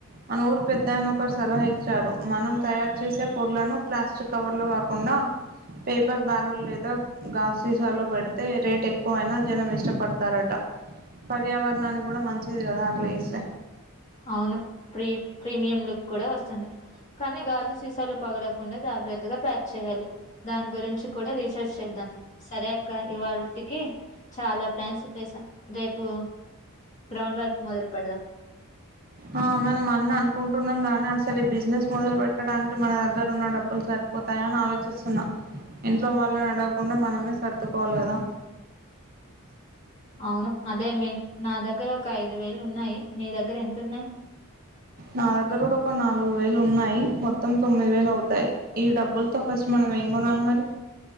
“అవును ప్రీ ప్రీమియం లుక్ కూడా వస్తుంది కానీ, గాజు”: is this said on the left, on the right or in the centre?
Left